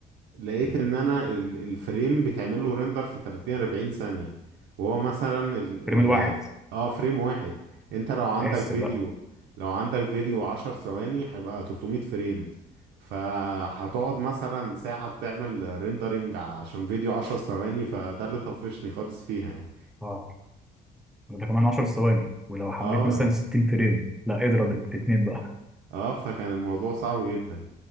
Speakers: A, on the right; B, in the centre.
A: لقيت
B: مم.
A: ان انا ال- الفريم بيتعمل له ريندر في 30 40 ثانية وهو مثلا ال
B: الفريم الواحد
A: ال اه فريم واحد انت لو عندك
B: احسب
A: فيديو لو عندك فيديو 10 ثواني هيبقى 300 فريم فهتقعد مثلا ساعة بتعمل ريندرنج عشان فيديو 10 ثواني فده اللي طفشني خالص فيها يعني
B: اه ده كمان 10 ثواني ولو
A: اه
B: حبيت مثلا
A: يعني
B: 60 فريم لا اضرب في اتنين بقى
A: اه فكان الموضوع صعب جدا